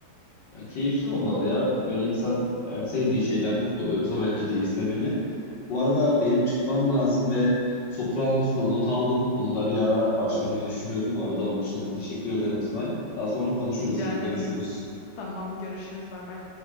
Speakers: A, on the left; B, on the left.
A: Ya Keyifli olmalı ya. Böyle insan yani sevdiği şeyden mutlu oluyorsa bence de izlemeli. Bu arada benim çıkmam lazım ve Sopranos'u da not aldım. Onu da bir ara başlamayı düşünüyorum. Bu arada onun için de teşekkür ederim Simay. Daha sonra konuşuruz
B: Rica
A: yine.
B: ederim.
A: Görüşürüz.
B: Tamam görüşürüz. Bay bay.